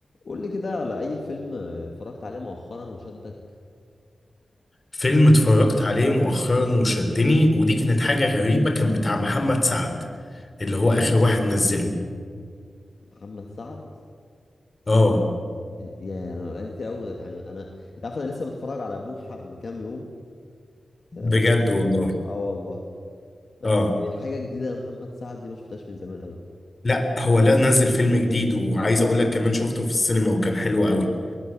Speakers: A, on the left; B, on the left.
A: قول لي كده على اي فيلم اتفرجت عليه مؤخرا وشدك
B: فيلم اتفرجت عليه مؤخرا وشدني ودي كانت حاجة غريبة كان بتاع محمد سعد اللي هو آخر واحد نزله
A: محمد سعد
B: اه
A: يا انا بقالي كتير قوي يعني انا انت عارف انا لسه بتفرج على بوحة من كام يوم
B: بجد
A: آه، بوحة الصباح
B: والله
A: اه والله بس
B: اه
A: حاجة جديدة لمحمد سعد دي ما شفتهاش من زمان قوي
B: لا هو لا نزل فيلم جديد وعايز اقول لك كمان شفته في السينما وكان حلو قوي